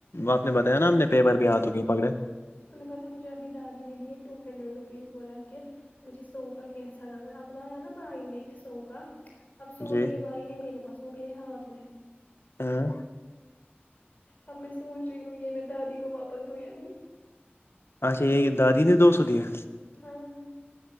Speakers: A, on the left; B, on the left.
A: آپ نے بتایا نا ہم نے پیپر بھی دھگیں پکڑے
B: تمہ نے پتا مجھےبھی دادی نے دیے ٹو ہنڈریڈ روپیز بولا کہ مجھے سو کا کیسا لانا اب لایا نا بھائی نے سو کا اب سو
A: جی
B: دیے بھائی نے میرے پاس سو میرے ہاتھ میں
A: ہاں
B: اب میں سوچ رہی ہوں یہ میں دادی کو واپس دوں یا نہیں
A: اچھا یہ دادی نے دو سو دییا
B: ہاں